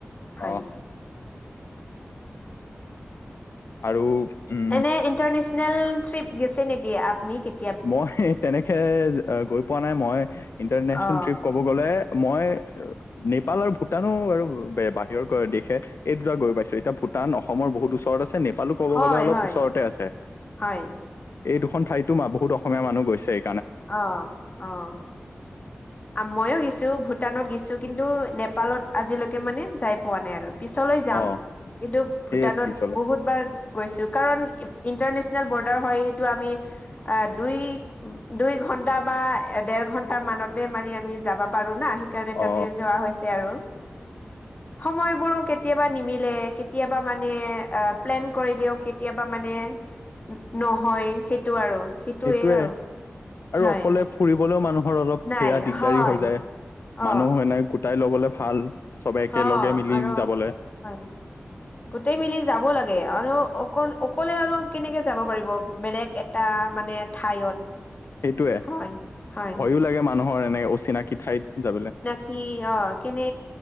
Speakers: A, on the left; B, on the left.
A: হয়
B: অ'। আৰু, উম
A: এনে ইণ্টাৰনেচনেল ট্ৰিপ গেছি নেকি, আপনি কে
B: মই সেই তেনেকে গৈ পোৱা নাই, মই ইণ্টাৰনেচনেল
A: অ
B: ট্ৰিপ কব গ'লে, মই নেপাল আৰু ভূটানো আৰু বাহিৰৰ কৰে দেশে এই দুটাত গৈ পাইছোঁ, এতিয়া ভূটান অসমৰ বহুত ওচৰত আছে, নে নেপালো ক'ব
A: হয়
B: গ'লে অলপ
A: হয়
B: ওচৰতে আছে,
A: হয়
B: এই দুখন ঠাইতো মা বহুত অসমীয়া মানুহ গৈছেই।
A: অ', অ'।
B: <inaudible>
A: মইওঁ গেছো, ভূটানত গেছো, কিন্তু নেপালত আজিলৈকে মানে যাই পোৱা নাই আৰু। পিছলৈ যাম,
B: অ
A: কিন্তু ভূটানত
B: সেই পিছলে
A: বহুতবাৰ গৈছোঁ, কাৰণ ইন্টাৰনেচনেল বৰ্ডাৰ হয়, সেইটো আমি আহ দুই দুই ঘণ্টা বা দেৰ ঘন্টা মানতে মানে আমি যাব পাৰোঁ না সে কাৰণে
B: অ
A: তাতে যোৱা হৈছে আৰু।
B: <inaudible>
A: সময়বোৰো কেতিয়াবা নিমিলে, কেতিয়াবা মানে আহ প্লেন কৰিলেও কেতিয়াবা মানে নহয়, সেইটো আৰু সেইটোৱে
B: সেইটোয়ে
A: আৰু।
B: আৰু
A: হয়
B: অকলে ফুৰিবলেও মানুহৰ অলপ
A: নাই
B: সেয়া দিগদাৰি
A: হয়
B: হৈ যায়,
A: অ
B: মানুহ হয় নাই গোতাই ল'বলৈ ভাল, চবে একেলগে
A: হ
B: মিলি
A: আৰু
B: যাবলৈ।
A: হয়। গোটেই মিলি যাব লাগে, আৰু অকল অকলে আৰু কেনেকে যাব পাৰিব, বেলেগ এটা মানে ঠাইত।
B: সেইটোৱে,
A: হয় হয়
B: ভয়ো লাগে মানুহৰ এনেকে অচিনাকি ঠাইত যাবলৈ।
A: কি অ' কেনে,